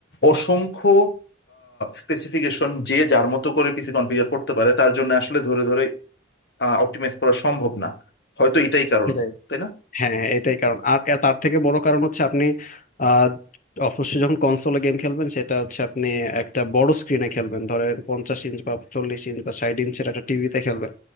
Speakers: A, on the left; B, on the left.
A: অসংখ্য স্পেসিফিকেশন যে যার মতো করে পিসি কনফিগার করতে পারে তার জন্য আসলে ধরে ধরে অপটিমাইজ করা সম্ভব না হয়তো এটাই কারণ
B: হ্যাঁ
A: তাই না
B: হ্যাঁ হ্যাঁ এটাই কারণ আর এ- তার থেকে বড় কারণ হচ্ছে আপনি আহ অবশ্যই যখন কনসোলে গেম খেলবেন সেটা হচ্ছে আপনি একটা বড় স্ক্রিনে খেলবেন ধরেন পঞ্চাশ ইঞ্চ বা চল্লিশ ইঞ্চ বা ষাট ইঞ্চের একটা টিভিতে খেলবেন